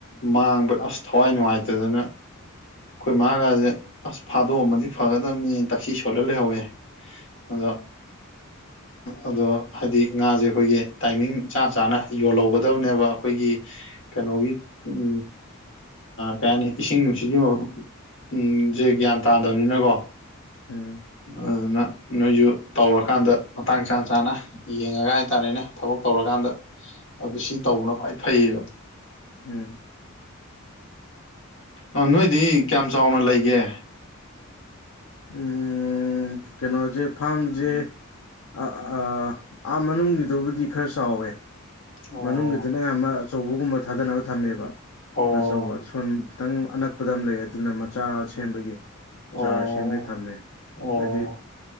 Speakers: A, on the left; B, on the left.
A: ꯃꯥꯡꯕ ꯑꯁ ꯊꯋꯥꯏ ꯅꯨꯡꯉꯥꯏꯇꯗꯅ ꯑꯩꯈꯣꯏ ꯃꯥꯒꯁꯦ ꯑꯁ ꯐꯥꯗꯣꯛꯑꯝꯃꯗꯤ ꯐꯒꯗꯕꯅꯤ ꯇꯛꯁꯤ ꯁꯣꯜꯂ ꯂꯩꯍꯧꯋꯦ ꯑꯗꯣ ꯑꯗꯣ ꯍꯥꯏꯗꯤ ꯉꯥꯁꯦ ꯑꯩꯈꯣꯏꯒꯤ ꯇꯥꯏꯃꯤꯡ ꯆꯥ ꯆꯥꯅ ꯌꯣꯜꯍꯧꯒꯗꯕꯅꯦꯕ ꯑꯩꯈꯣꯏꯒꯤ ꯀꯩꯅꯣꯒꯤ ꯎ ꯀꯩ ꯍꯥꯏꯅꯤ ꯏꯁꯤꯡ ꯅꯨꯡꯁꯤꯠꯒꯤ ꯃꯐꯝ ꯎꯝ ꯁꯦ ꯒ꯭ꯌꯥꯟ ꯇꯥꯗꯕꯅꯤꯅꯀꯣ
B: ꯎꯝ
A: ꯑꯗꯨꯅ ꯅꯣꯏꯁꯨ ꯇꯧꯔꯀꯥꯟꯗ ꯃꯇꯥꯡ ꯆꯥ ꯆꯥꯅ ꯌꯦꯡꯉꯒ ꯍꯥꯏꯇꯥꯔꯦꯅꯦ ꯊꯕꯛ ꯇꯧꯔꯀꯥꯟꯗ ꯑꯗꯨ ꯁꯤ ꯇꯧꯕꯅ ꯈ꯭ꯋꯥꯏ ꯐꯩꯌꯦꯕ
B: ꯎꯝ
A: ꯑ ꯅꯣꯏꯗꯤ ꯀꯌꯥꯝ ꯆꯥꯎꯅ ꯂꯩꯒꯦ
B: ꯎꯝ ꯀꯩꯅꯣꯁꯦ ꯐꯥꯔꯝꯁꯦ ꯑꯥ ꯃꯅꯨꯡꯒꯤꯗꯨꯕꯨꯗꯤ ꯈꯔ ꯆꯥꯎꯋꯦ
A: ꯑꯣ
B: ꯃꯅꯨꯡꯒꯤꯗꯨꯅ ꯑꯌꯥꯝꯕ ꯑꯆꯧꯕꯒꯨꯝꯕ ꯊꯥꯗꯅꯕ ꯊꯝꯃꯦꯕ
A: ꯑꯣ
B: ꯑꯆꯧꯕ ꯁꯣꯟ ꯈꯤꯇꯪ ꯑꯅꯛꯄꯗ ꯑꯃ ꯂꯩ ꯑꯗꯨꯅ ꯃꯆꯥ ꯁꯦꯝꯕꯒꯤ
A: ꯑꯣ
B: ꯆꯥꯔꯖ ꯁꯦꯝꯃꯦ ꯊꯝꯃꯦ
A: ꯑꯣ
B: ꯍꯥꯏꯗꯤ